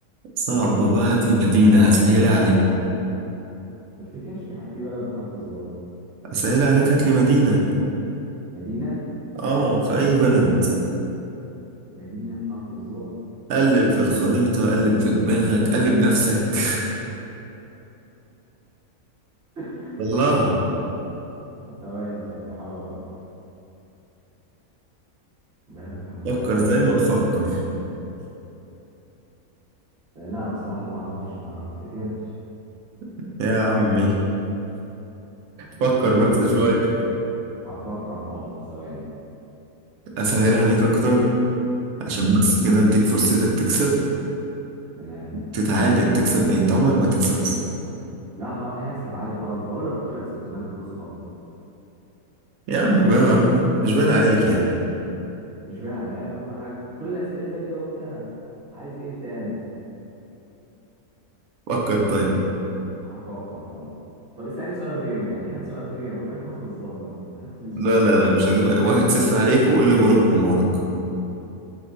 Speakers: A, on the right (about 75°); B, on the right (about 45°).
A: صعبة بقى هات
B: ما افتكرش
A: لي مدينة
B: اصلا
A: هسهلها
B: في بلد
A: عليك
B: بحرف الظا. ما افتكرش في ح- في بلد بحرف الظا
A: هسهلها عليك هات لي مدينة
B: مدينة
A: آه في أي بلد
B: مدينة بحرف الظا
A: قلب في الخريطة قلب في دماغك قلب نفسك
B: <laughs>
A: <laughs> طلعها
B: ثواني طيب احاول افكر بلد بحرف
A: فكر
B: الظا او
A: زي
B: مدينة
A: ما تفكر
B: لا بصراحة ما اعرفش ما افتكرش
A: <laughs> يا عمي
B: مش
A: فكر
B: مش في
A: بس
B: دماغي
A: شوية
B: هفكر حاضر ثواني
A: أسهلها عليك أكتر
B: سهل
A: عشان بس كده أديك فرصتك تكسب
B: تمام
A: تتعادل
B: سهل.
A: تكسب إيه أنت عمرك ما تكسب بس
B: لا ه- هكسب عالي خالص بقول لك كنت بكسب زمان كل اصحابي
A: يا عم بقى مش باين عليك يعني
B: مش باين عليا مع- كل اسئلتك جاوبتها عايز ايه تاني
A: فكر طيب
B: كل هفكر حاضر طب اسألني سؤال غيره يعني هات سؤال غيره غير حرف الظا مثلا هات لي سؤال
A: لا لا
B: تاني
A: لا مش هجيب واحد صفر عليك وقول لي غلب حمارك